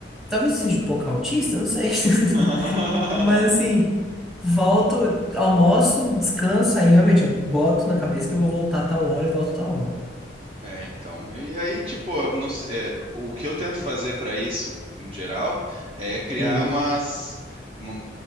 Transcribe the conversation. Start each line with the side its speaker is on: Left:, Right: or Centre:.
Centre: talvez eu seja um pouco autista, não sei. <laughs>
Right: <laughs>
Centre: Mas assim, volto, almoço, descanso, aí realmente eu boto na cabeça que eu vou voltar tal hora e volto tal hora.
Right: É, então. E aí, tipo, eu não se- é, o que eu tento fazer para isso, em geral, é criar
Centre: Hum,
Right: umas, uma,